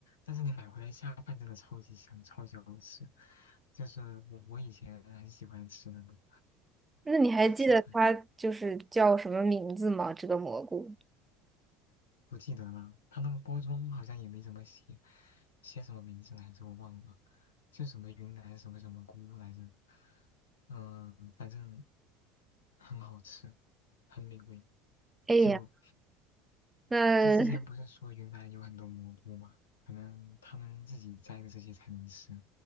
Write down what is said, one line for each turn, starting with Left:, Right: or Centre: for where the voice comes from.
Left: 但是你买回来下饭真的超级香，超级好吃。就是我我以前很喜欢吃那个
Right: 那你还记得它就是叫什么名字吗？
Left: 下饭，
Right: 这个蘑菇？
Left: 不记得了，它那个包装好像也没怎么写，写什么名字来着我忘了，就什么云南什么什么菇来着，嗯，反正很好吃，很美味。
Right: 哎呀，
Left: 就
Right: 那
Left: 就之前不是说云南有很多蘑菇嘛，可能他们自己摘的这些才能吃，